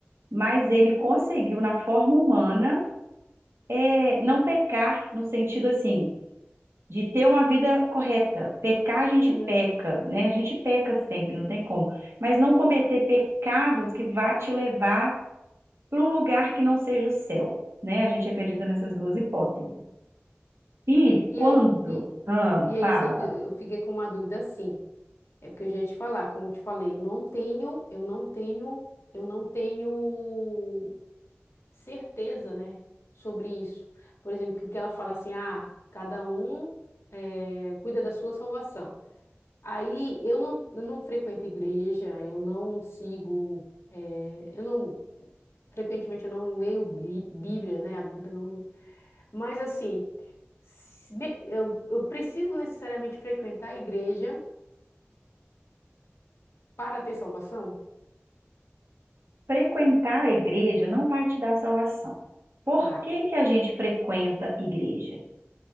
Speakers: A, on the right; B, on the left.
A: mas ele conseguiu, na forma humana, é, não pecar no sentido assim de ter uma vida correta. Pecar, a gente
B: Uhum.
A: peca, né? A gente peca sempre, não tem como. Mas não cometer pecados que vá te levar para um lugar que não seja o céu, né? A gente acredita nessas duas hipóteses. E
B: E
A: quando,
B: aí, e-
A: ah,
B: E aí,
A: fala,
B: se- eu fiquei com uma dúvida assim. É porque eu já ia te falar, como eu te falei, não tenho, eu não tenho, eu não tenho certeza, né, sobre isso. Por exemplo, que que ela fala assim, ah, cada um eh, cuida da sua salvação. Aí eu não, eu não frequento igreja, eu não sigo, eh, eu não, frequentemente eu não leio bri- Bíblia, né? A Bíblia não, mas assim, se me- eu, eu preciso necessariamente frequentar a igreja para ter salvação?
A: frequentar a igreja não vai te dar salvação. Por
B: Tá,
A: que que a gente frequenta igreja?